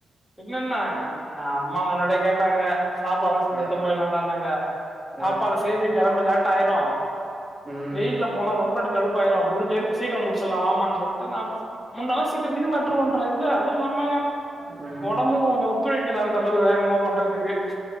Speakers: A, on the left (about 20°); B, in the centre.
A: பின்னன்ன அம்மா முன்னாடியே கேட்டாங்க சாப்பாடு எல்லா செஞ்சு
B: அ
A: எடுத்துட்டு போயிலான்டானாங்க சாப்பாடு
B: அ
A: சேஞ்சு கிளம்ப லேட் ஆயிரு
B: ம்
A: வெயில்ல போன ரொம்ப கடுப்பாயிரும் முடிஞ்ச வரைக்கும் சீக்கிரம் முடிச்சிடலா வாமான்னு சொல்லிட்டு நா முன்னெல்லாம் சீக்கிரம் சீக்கிரம் நட்ருவோம்னறக்குல்ல அதுவு நம்ம
B: ம்
A: ஓடம்பு ஒத்துழைக்கல அந்த அளவுக்கு வேகமா பண்றதுக்கு